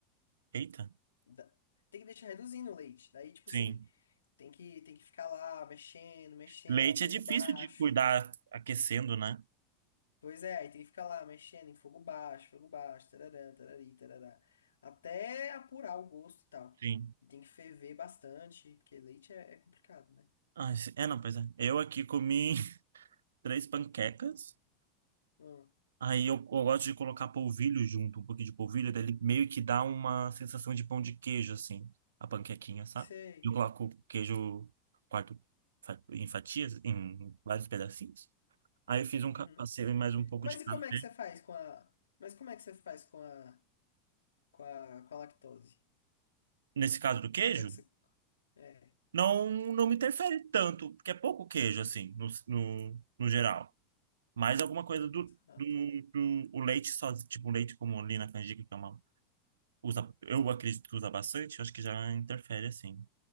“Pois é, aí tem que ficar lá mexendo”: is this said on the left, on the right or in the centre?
Left